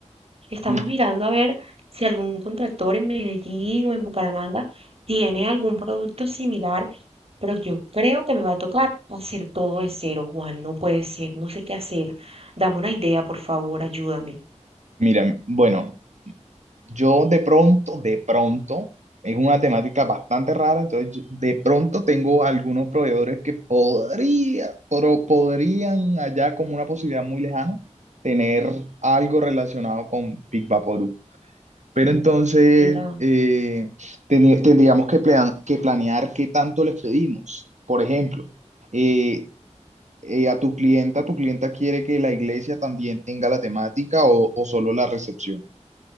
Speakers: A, on the right (about 55°); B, on the right (about 75°).
A: Estamos
B: Mm.
A: mirando a ver si algún contractor en Medellín o en Bucaramanga tiene algún producto similar, pero yo creo que me va a tocar hacer todo de cero, Juan. No puede ser, no sé qué hacer. Dame una idea, por favor, ayúdame.
B: Mira, bueno, Yo de pronto, de pronto, es una temática bastante rara, entonces yo- de pronto tengo algunos proveedores que podría, pero podrían allá como una posibilidad muy lejana tener algo relacionado con Big Vaporub. Pero entonces
A: Era,
B: eh, teni- tendríamos que, plan- que planear qué tanto les pedimos. Por ejemplo, eh, eh, a tu clienta, tu clienta quiere que la iglesia también tenga la temática o, o solo la recepción.